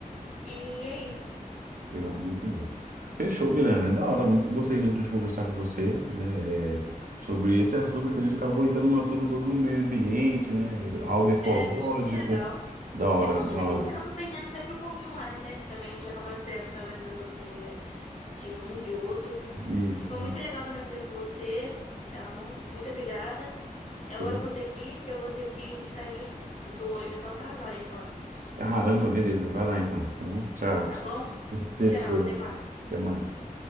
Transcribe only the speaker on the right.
Legal, muito bom. Fechou, Milena. É da hora. Muito, gostei muito de conversar com você, né, é, sobre esse assunto que a gente acabou entrando no assunto todo do meio ambiente, né? Algo ecológico.
Da hora,
da
hora.
Isso,
show.
Caramba, beleza. Vai lá então, tá bom? Tchau.
<laughs> Fechou.
Até mais.